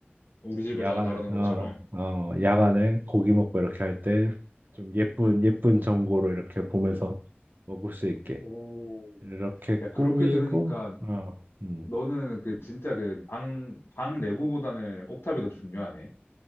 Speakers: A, on the left; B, on the right.
A: 우리 집에다가
B: 야간,
A: 달아놓은
B: 어,
A: 것처럼.
B: 어, 야간에 고기 먹고 이렇게 할 때 좀 예쁜, 예쁜 전골로 이렇게 보면서 먹을 수 있게
A: 오,
B: 이렇게
A: 야,
B: 꾸미고,
A: 그렇게 들으니까
B: 어, 음,
A: 너는 그 진짜 그 방, 방 내부보다는 옥탑이 더 중요하네.